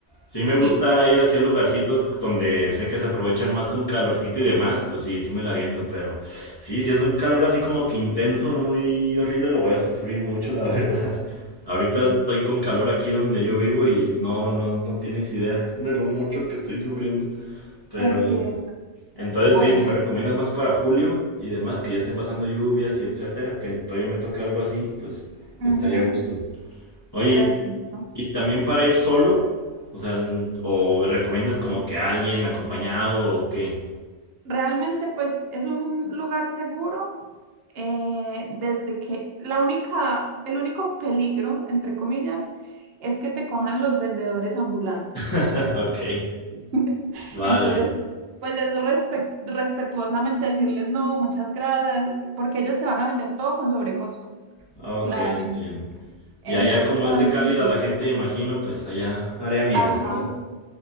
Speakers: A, on the left; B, on the right.
A: sí me gusta
B: Sí,
A: ir hacia lugarcitos donde sé que se aprovechan más con calorcito y demás. Pues sí, sí me la aviento, pero sí, si es un calor así como que intenso, muy horrible, lo voy a sufrir mucho, la verdad. <laughs> Ahorita
B: sí,
A: estoy con calor aquí donde yo vivo y no, no, no tienes idea de lo mucho que estoy sufriendo. Pero
B: entiendo.
A: entonces,
B: Bueno,
A: sí, si me recomiendas más para julio y demás, que ya estén pasando lluvias y etcétera, que todavía me toque algo así, pues
B: ujú,
A: estaría a gusto. Oye,
B: perfecto.
A: y, y también para ir solo, o sea, en- o recomiendas como que alguien acompañado o qué?
B: Realmente pues es un lugar seguro eh, desde que la única, el único peligro, entre comillas, es que te cojan los vendedores ambulantes.
A: <laughs> Ok,
B: <laughs>
A: vale,
B: Entonces, pues es respec- respetuosamente decirles no, muchas gracias, porque ellos te van a vender todo con sobrecosto,
A: ok,
B: claramente.
A: entiendo.
B: Entonces,
A: Y allá como
B: solamente
A: es de cálida
B: sí.
A: la gente, imagino, pues allá haré amigos,
B: Ajá,
A: ¿verdad?